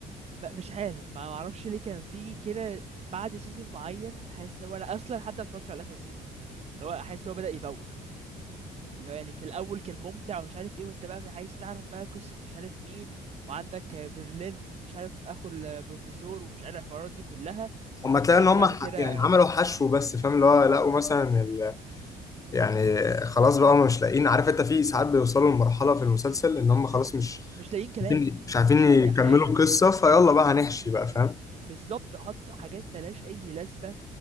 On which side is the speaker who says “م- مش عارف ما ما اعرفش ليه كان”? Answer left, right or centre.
Right